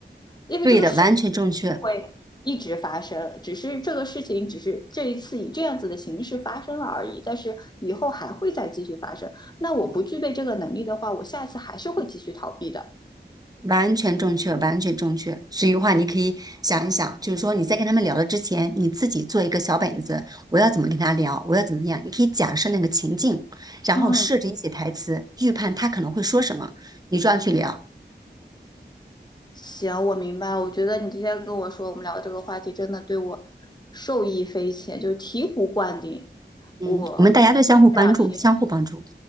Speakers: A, on the left; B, on the right.
A: 因为这个事情
B: 对的，完全正确，
A: 会一直发生，只是这个事情只是这一次以这样子的形式发生了而已，但是以后还会再继续发生。那我不具备这个能力的话，我下一次还是会继续逃避的。
B: 完全正确，完全正确。所以的话，你可以想一想，就是说你在跟他们聊的之前，你自己做一个小本子，我要怎么跟他聊，我要怎么样，你可以假设那个情境，然后设置一些台词，
A: 嗯，
B: 预判他可能会说什么，你这样去聊。
A: 行，我明白。我觉得你今天跟我说我们聊这个话题，真的对我受益匪浅，就是醍醐灌顶。
B: 嗯，
A: 我
B: 我们大家都相互帮助，
A: 这两天。
B: 相互帮助。